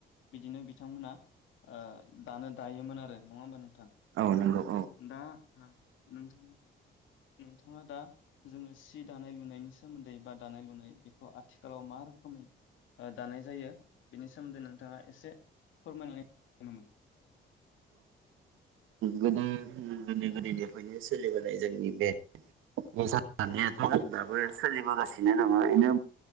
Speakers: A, on the left; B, on the right.
A: बिदिनो बिथांमोना ओ दानो दायोमोन आरो नङा होमबा नोंथां?
B: नोंगौ
A: दा नोंथांनि नोंथाङा दा जोङो सि दानाय लुनायनि सोमोन्दै बा दानाय लुनाय बेखौ आथिखालाव मा रोखोमै दानाय जायो बेनि सोमोन्दै नोंथाङा एसे फोरमायनो <unintelligible>
B: गोदो गोदो गोदोनिफ्रायनो सोलिबोनाय जोंनि बे नि सनायाथ दाबो सोलिबोगासिनो नङा बेनो